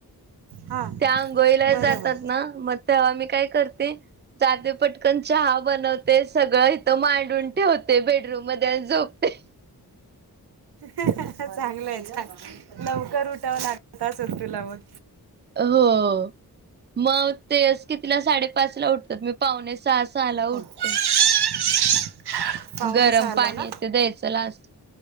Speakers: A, on the right; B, on the right.
A: हां
B: त्या आंघोळीला
A: बरोबर
B: जातात ना. मग तेव्हा मी काय करते जातेघ पटकन चहा. चहा बनवते. सगळं इथ मांडून ठेवते. बेडरूम मध्ये आणि झोपते.
A: चांगलं आहे चांगल लव कर उठावला <unintelligible> तुला मग
B: हो. मग तेच कितीला साडेपाच ला उठतात मी पावणे सहा सहा ला उठते.
A: <unintelligible> <unintelligible> पाहुणे
B: गरम
A: सहाला
B: पाणी
A: ना
B: ते द्यायचं लास्ट.